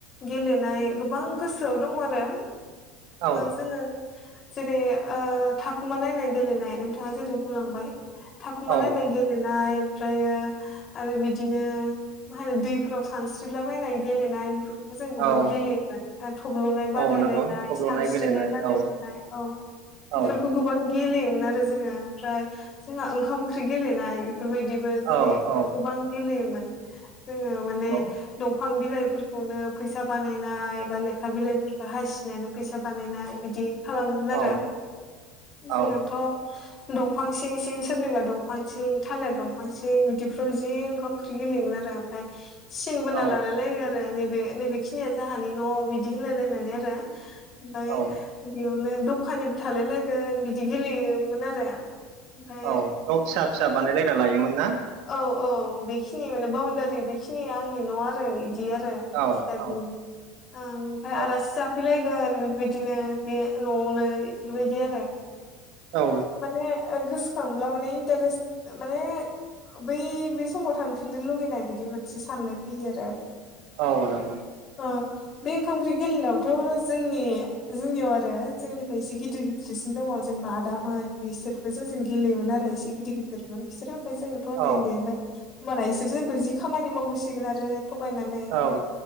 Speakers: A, on the left; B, on the right.
A: गेलेनाय गोबां गोसोआव दं आरो
B: औ
A: जोङो जेरै ओ थाखुमालायनाय गेलेनाय नोंथाङा जेरै बुंलांबाय थाखुमालायनाय
B: औ
A: गेलेनाय ओमफ्रायो आरो बिदिनो मा होनो दैफोराव सानस्रिलाबायनाय गेलेनाय बेफोरखौ जों गोबां
B: औ
A: गेलेयोमोन थब्ल'नाय बादायलायनाय
B: औ नंगौ थब्ल'नाय
A: सानस्रिनाय
B: गेलेनाय
A: बादायलायनाय
B: औ
A: औ बेफोरखौ
B: औ
A: गोबां गेलेयोमोन आरो जोङो ओमफ्राय जोंहा ओंखाम ओंख्रि गेलेनाय बेफोरबायदिबो जेरै
B: औ औ
A: गोबां गेलेयोमोन जोङो माने
B: नंगौ
A: बिफां बिलाइफोरखौनो फैसा बानायनाय एबा लेखा बिलाइफोरखौ हासिनानै फैसा बानायनाय बिदि खालामगोन आरो
B: औ
A: जोङोथ'
B: औ
A: दंफां सिं सिं सोरनिबा दंफां सिं थालिर दंफां सिं बिदिफ्राव जि ओंखाम ओंख्रि गेलेयोमोन आरो ओमफ्राय सिन बोना
B: औ
A: लालायलायो आरो आरो नैबे नैबे खिनिया जोंहानि न' बिदि होनलायलायनानै आरो ओमफ्राय
B: औ
A: बेयावनो दखानिबो थालाय लायगोन बिदि गेलेयोमोन आरो ओमफाय
B: औ न फिसा फिसा बानायलायना लायोमोन ना
A: औ औ बेखिनि माने बाउनडारि बेखिनि नि आंनि न' आरो बिदि आरोओमफ्राय
B: औ औ औ
A: आलासि जाफैलाय गोन बेबायदिनो बे न'आवनो इफोरबायदि आरो
B: औ
A: माने गोसोखांब्ला माने इन्टारेस्ट माने बै बे समाव थांफिननो लुुबैनाय बिदि मोनसे साननाय फैयो आरो
B: औ नंगौ
A: ओ बे ओंखाम ओंख्रि गेलेनायावथ' जोंनि जोंनियाव आरो जोंनिफ्राय एसे गिदिर गिदिरसिन दङ जेनेबा आदामोन बिसोरबो जों जों गेलेयोमोन आरो इसे गिदिर गिदिरमोन बिसोरो ओमफ्राय जोङथ' उन्दै
B: औ
A: उन्दै ओमफ्राय होमबाना बिसोरो जोंखौ जि खामानि मावहैसिगोन आरो थगायनानै ओमफ्राय
B: औ